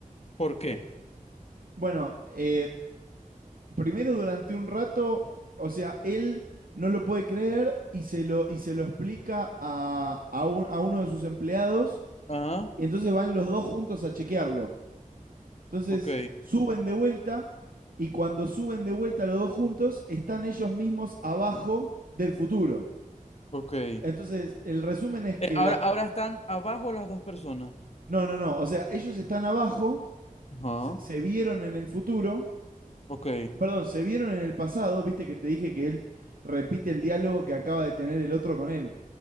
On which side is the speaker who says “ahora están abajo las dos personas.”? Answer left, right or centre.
Left